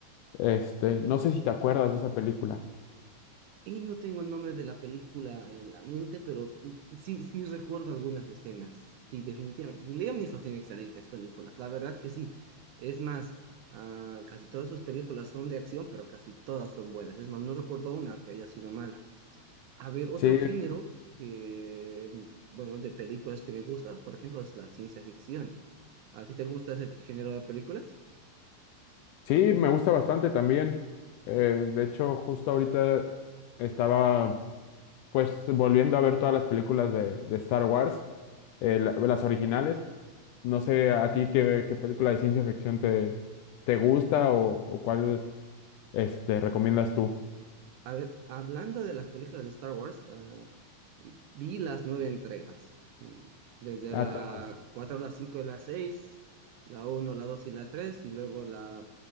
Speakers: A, on the left; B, on the right.
A: Este, no sé si te acuerdas de esa película.
B: Y no tengo el nombre de la película en la mente, pero mm, sí, sí recuerdo algunas escenas. Sí, definitivamente. Sí, Liam Neeson tiene excelentes películas, la verdad que sí. Es más, ah, casi todas sus películas son de acción, pero casi todas son buenas. Es más, no recuerdo una que haya sido mala. A ver, otro
A: Sí,
B: género que, mm, bueno, de películas que me gusta, por ejemplo, es la ciencia ficción. ¿A ti te gusta ese t- género de películas?
A: sí, me gusta bastante también. Eh, de hecho, justo ahorita estaba Pues volviendo a ver todas las películas de, de Star Wars, eh, la- las originales, no sé a ti qué, qué película de ciencia ficción te, te gusta o, o cuál este, recomiendas tú.
B: A ver, hablando de las películas de Star Wars, ah, Vi las nueve entregas, mm, desde
A: Ah,
B: la
A: todas.
B: 4 a la 5 de la 6, la uno, la 2 y la 3 y luego la